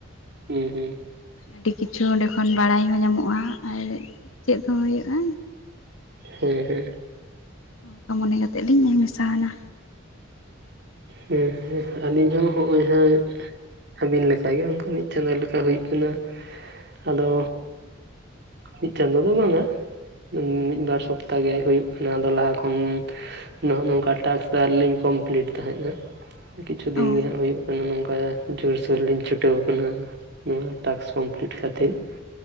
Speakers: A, on the right; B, on the left.
A: ᱦᱩᱸ ᱦᱩᱸ᱾
B: ᱟᱹᱰᱤ ᱠᱤᱪᱷᱩ ᱚᱸᱰᱮ ᱠᱷᱚᱱ ᱵᱟᱲᱟᱭ ᱦᱚᱸ ᱧᱟᱢᱚᱜᱼᱟ ᱟᱨ ᱪᱮᱫ ᱦᱚᱸ ᱦᱩᱭᱩᱜᱼᱟ᱾
A: ᱦᱮᱸ ᱦᱮᱸ᱾
B: ᱚᱱᱠᱟ ᱢᱚᱱᱮ ᱠᱟᱛᱮᱫ ᱞᱤᱧ ᱢᱮᱥᱟᱣ ᱱᱟ᱾
A: ᱦᱮᱸ ᱦᱮᱸ ᱟᱹᱞᱤᱧ ᱦᱚᱸ ᱦᱚᱸ-ᱚᱭ ᱦᱟᱸᱜ ᱟᱹᱵᱤᱱ ᱞᱮᱠᱟᱜᱮ ᱚᱱᱠᱟ ᱢᱤᱫ ᱪᱟᱸᱫᱳ ᱞᱮᱠᱟ ᱦᱩᱭᱩᱜ ᱠᱟᱱᱟ, ᱟᱫᱚ ᱢᱤᱫ ᱪᱟᱸᱫᱳ ᱫᱚ ᱵᱟᱝᱟ ᱾ ᱢᱤᱫᱵᱟᱨ ᱥᱚᱯᱛᱟ ᱜᱮ ᱦᱩᱭᱩᱜ ᱠᱟᱱᱟ ᱟᱫᱚ ᱞᱟᱦᱟ ᱠᱷᱚᱱ ᱱᱚᱜ ᱱᱚᱝᱠᱟ ᱴᱟᱥᱠ ᱫᱚ ᱟᱣᱨᱤ ᱞᱤᱧ ᱠᱚᱢᱯᱞᱤᱴ ᱛᱟᱦᱮᱸᱫ ᱦᱟᱸᱜ ᱠᱤᱪᱷᱩ ᱫᱤᱱ
B: ᱚ
A: ᱜᱮ ᱦᱟᱸᱜ ᱦᱩᱭᱩᱜ <unintelligible> ᱱᱚᱝᱠᱟ ᱡᱳᱨᱥᱳᱨ ᱞᱤᱧ ᱪᱷᱩᱴᱟᱹᱣ ᱟᱠᱟᱱᱟ᱾ ᱱᱚᱣᱟ ᱴᱟᱥᱠ ᱠᱚᱢᱯᱞᱤᱴ ᱠᱷᱟᱹᱛᱤᱨ ᱾